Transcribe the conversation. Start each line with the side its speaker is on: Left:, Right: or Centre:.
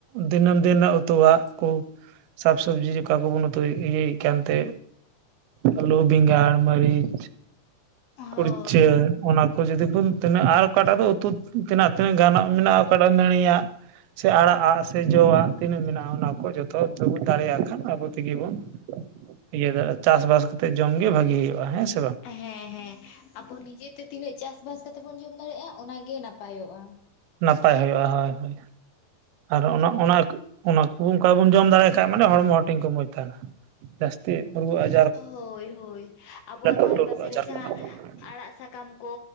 Right: ᱫᱤᱱᱟᱹᱢ ᱫᱤᱱ ᱨᱮᱱᱟᱜ ᱩᱛᱩᱣᱟᱜ ᱠᱩ ᱥᱟᱠ ᱥᱚᱵᱽᱡᱤ ᱟᱵᱚ ᱠᱚᱵᱚᱱ ᱩᱛᱩᱭ ᱤᱭᱟᱹᱭᱮᱫ ᱠᱟᱱ ᱛᱮ ᱟᱹᱞᱩ ᱵᱮᱸᱜᱟᱲ ᱢᱟᱹᱨᱤᱪ᱾
Left: ᱦᱳᱭ
Right: ᱠᱩᱲᱪᱟ ᱚᱱᱟ ᱟᱠᱚ ᱡᱩᱫᱤ ᱵᱚᱱ ᱛᱤᱱᱟᱹᱜ ᱟᱨ ᱚᱠᱟᱴᱟᱜ ᱫᱚ ᱩᱛᱩ ᱛᱤᱱᱟᱹᱜ ᱛᱤᱱᱟᱹᱜ ᱜᱟᱱᱚᱜ ᱢᱮᱱᱟᱜᱼᱟ ᱚᱠᱟᱴᱟᱜ ᱱᱟᱹᱲᱤᱭᱟᱜ ᱥᱮ ᱟᱲᱟᱜᱼᱜ ᱥᱮ ᱡᱚ ᱣᱟᱜ ᱛᱤᱱᱟᱹᱜ ᱢᱮᱱᱟᱜᱼᱟ ᱚᱱᱟ ᱠᱚ ᱡᱚᱛᱚ ᱛᱚᱵᱚ ᱫᱟᱲᱮ ᱭᱟᱠ ᱟᱵᱚ ᱛᱮᱜᱮ ᱵᱚᱱ ᱤᱭᱟᱹ ᱫᱟᱲᱮᱭᱟᱜᱼᱟ ᱪᱟᱥᱵᱟᱥ ᱠᱟᱛᱮ ᱡᱚᱢᱜᱮ ᱵᱷᱟᱜᱤ ᱦᱩᱭᱩᱜᱼᱟ ᱦᱮᱸᱥᱮ᱾
Left: ᱦᱮᱸ ᱦᱮᱸ ᱟᱵᱚ ᱱᱤᱡᱮᱛᱮ ᱛᱤᱱᱟᱹᱜ ᱪᱟᱥ ᱵᱟᱥ ᱠᱟᱛᱮ ᱵᱚᱱ ᱡᱚᱢ ᱫᱟᱲᱮᱜᱜᱼᱟ ᱚᱱᱟ ᱜᱮ ᱱᱟᱯᱟᱭᱚᱜᱼᱟ᱾
Right: ᱱᱟᱯᱟᱭ ᱦᱩᱭᱩᱜᱼᱟ ᱦᱳᱭ ᱦᱳᱭ᱾ ᱟᱨ ᱚᱱᱟ ᱚᱱᱟ ᱚᱱᱟ ᱠᱚᱵ ᱚᱱᱠᱟ ᱵᱚᱱ ᱡᱚᱢ ᱫᱟᱲᱮᱭᱟᱜ ᱠᱷᱟᱡ ᱢᱟᱱᱮ ᱦᱚᱲᱢᱚ ᱴᱤᱠ ᱠᱚ ᱢᱚᱡᱽ ᱛᱟᱦᱮᱱᱟ᱾ ᱡᱟᱥᱛᱤ ᱨᱩᱣᱟᱹ ᱟᱡ
Left: ᱦᱳᱭ ᱦᱳᱭ ᱟᱵᱚᱣᱟᱜ ᱫᱷᱟᱨᱮ
Right: ᱞᱟᱹᱴᱩ
Left: ᱯᱟᱥᱮᱨᱮ
Right: ᱨᱩᱣᱟᱹ ᱟᱡᱟᱨ
Left: ᱡᱟᱦᱟᱸ
Right: ᱠᱚ ᱵᱟᱝ ᱦᱩᱭᱩᱜᱼᱟ
Left: ᱟᱲᱟᱜ ᱥᱟᱠᱟᱢ ᱠᱚ